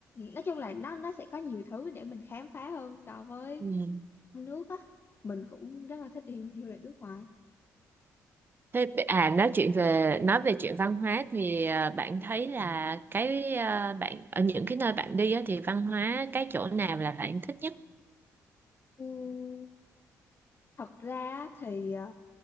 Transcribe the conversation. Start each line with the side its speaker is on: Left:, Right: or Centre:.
Left: nói chung là nó nó sẽ có nhiều thứ để mình khám phá hơn so với
Right: ừ.
Left: trong nước á mình cũng rất là thích đi du lịch nước ngoài
Right: Thế b- à nói chuyện về nói về chuyện văn hóa thì ờ, bạn thấy là cái ờ, bạn ở những cái nơi bạn đi á, thì văn hóa cái chỗ nào là bạn thích nhất
Left: Ừm, thật ra thì ờ,